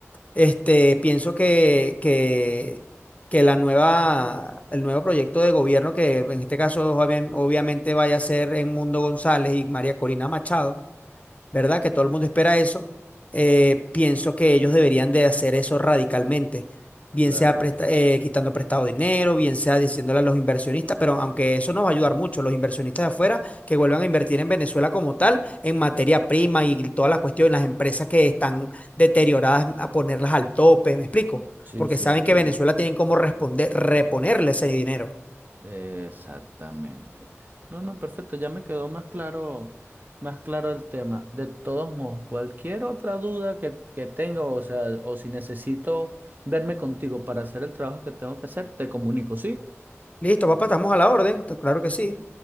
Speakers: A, on the left; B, on the right.
A: este, pienso que, que, que la nueva, el nuevo proyecto de gobierno, que en este caso obvia- obviamente vaya a ser Edmundo González y María Corina Machado, ¿verdad? Que todo el mundo espera eso. eh, pienso que ellos deberían de hacer eso radicalmente, bien
B: claro.
A: sea presta- eh, quitando prestado dinero, bien sea diciéndole a los inversionistas, pero aunque eso nos va a ayudar mucho, los inversionistas de afuera que vuelvan a invertir en Venezuela como tal, en materia prima y todas las cuestiones, las empresas que están deterioradas, a ponerlas al tope, ¿me explico?
B: Sí,
A: Porque
B: sí,
A: saben
B: entiendo.
A: que Venezuela tienen cómo responder, reponerle ese dinero.
B: Exactamente. No, no, perfecto, ya me quedó más claro, más claro el tema. De todos modos, cualquier otra duda que, que tenga, o sea, o si necesito verme contigo para hacer el trabajo que tengo que hacer, te comunico, ¿sí?
A: Listo, papá, estamos a la orden. Claro que sí.